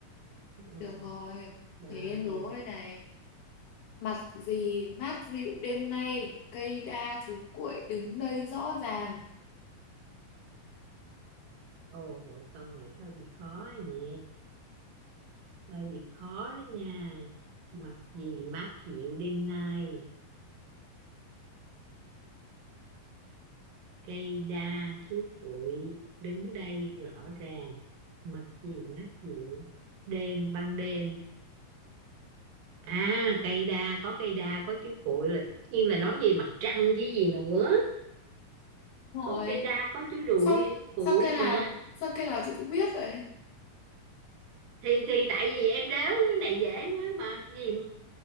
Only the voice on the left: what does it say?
Được rồi.
Để em đố đây này. Mặt gì mát dịu đêm nay, cây đa chú cuội đứng đây rõ ràng.
Đúng
rồi.
Sao
sao cây
nào sao cây nào chị cũng biết vậy?